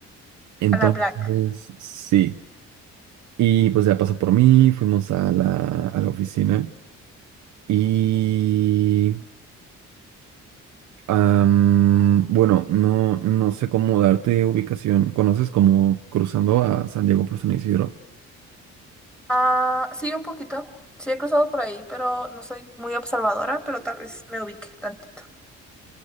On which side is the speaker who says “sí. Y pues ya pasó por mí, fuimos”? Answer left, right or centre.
Right